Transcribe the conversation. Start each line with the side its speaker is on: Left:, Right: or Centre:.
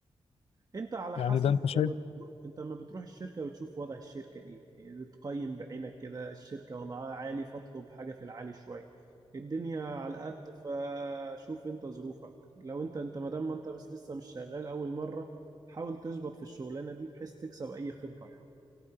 Right: انت على
Left: يعني
Right: حسب
Left: ده انت
Right: انت
Left: شايف
Right: لما بتروح انت لما بتروح الشركه بتشوف وضع الشركه ايه يعني بتقيم بعينك كده الشركه وضعها عالي فاطلب حاجه في العالي شويه الدنيا على قد فشوف انت ظروفك لو انت انت ما دام ما انت مش لسه مش شغال اول مره حاول تظبط في الشغلانه دي بحيث تكسب اي خبره يعني